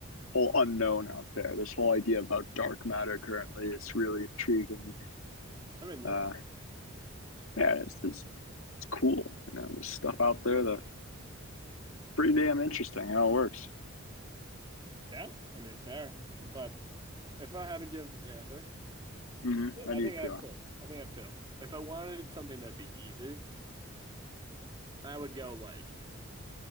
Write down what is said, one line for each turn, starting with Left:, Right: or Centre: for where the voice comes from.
Left: whole unknown out there. This whole idea about dark matter currently is really intriguing me.
Right: <laughs> I mean, yeah,
Left: Uh, yeah, it's, it's it's cool. You know, there's stuff out there that pretty damn interesting how it works.
Right: Yeah, I mean, fair. But if I had to give an answer,
Left: Mm-hmm.
Right: I
Left: How do
Right: think
Left: you
Right: I
Left: feel,
Right: have two. I think I have two. If I wanted something that'd be easy, I would go like